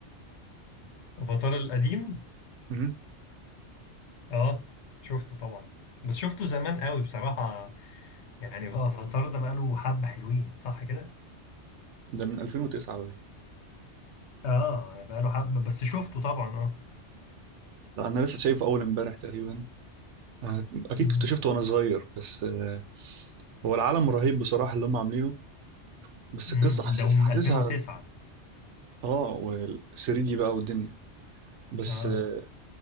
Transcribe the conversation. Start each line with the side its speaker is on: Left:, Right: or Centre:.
Left: افاتار القديم
Right: مهم.
Left: اه شفته طبعا بس شفته زمان قوي بصراحة يعني بقى افاتار ده بقاله حبة حلوين صح كده
Right: ده من 2009 بقى
Left: اه يعني بقاله حبة بس شفته طبعا اه
Right: لا انا لسه شايفه اول امبارح تقريبا آه، اكيد
Left: مم.
Right: كنت شفته وانا صغير بس آه، هو العالم رهيب بصراحه اللي هم عاملينه بس
Left: مم.
Right: القصه حاسس
Left: ده من
Right: حاسسها
Left: 2009
Right: اه وال 3 دي بقى والدنيا بس
Left: اه
Right: آه،